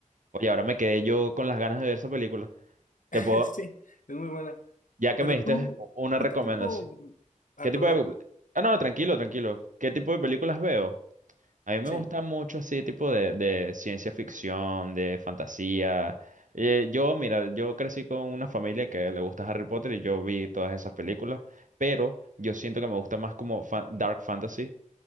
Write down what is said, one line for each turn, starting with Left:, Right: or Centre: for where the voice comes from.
Right: Oye, ahora me quedé yo con las ganas de ver esa película. Te
Left: <laughs>
Right: puedo,
Left: Sí, es muy buena.
Right: ya que
Left: Pero
Right: me diste
Left: tú,
Right: u- una
Left: ¿tú
Right: recomendación.
Left: qué tipo? Ah,
Right: ¿Qué tipo
Left: perdón.
Right: de... Ah, no, tranquilo, tranquilo. ¿Qué tipo de películas veo? A mí me
Left: Sí.
Right: gusta mucho ese tipo de, de ciencia ficción, de fantasía. Eh, yo, mira, yo crecí con una familia que le gusta Harry Potter y yo vi todas esas películas, pero yo siento que me gusta más como fa- dark fantasy,